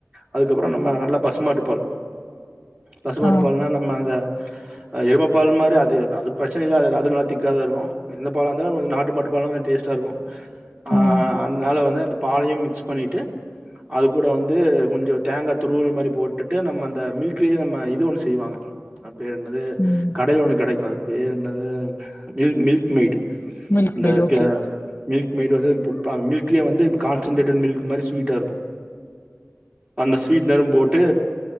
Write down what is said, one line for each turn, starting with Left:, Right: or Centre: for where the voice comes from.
Right: அதுக்கப்றம் நம்ம நல்ல பசுமாட்டுப்பால் பசுமாட்டு
Left: ஆ
Right: பால்னா நம்ம அத அ எரும பால் மாரி அது அது பிரச்சன இல்ல அது அது நல்லா திக்காதாருக்கு எந்த பாலாந்தாலு கொஞ்சோ நாட்டு மாட்டு பாலுனா கொஞ்சோ டேஸ்ட்டாருக்கு ஆ
Left: ம்
Right: அத்னால வந்து அந்த பாலையு மிக்ஸ் பண்ணிட்டு அது கூட வந்து கொஞ்சோ தேங்கா துருவல் மாரி போட்டுட்டு நம்ம அந்த மில்க்லே நம்ம இது ஒன்னு செய்வாங்க அ பேர் என்னது
Left: ம்
Right: கடைல ஒன்னு கெடைக்கு அது பேர் என்னது மில் மில்க் மெய்ட்
Left: மில்க்
Right: அந்த
Left: மேட் ஓகே
Right: க மில்க் மெய்ட் வந்து ப ப மில்க்லே வந்து கான்சன்ட்ரேட்டடு மில்க் மாரி ஸ்வீட்டாருக்கு அந்த ஸ்வீட் னரும்போட்டு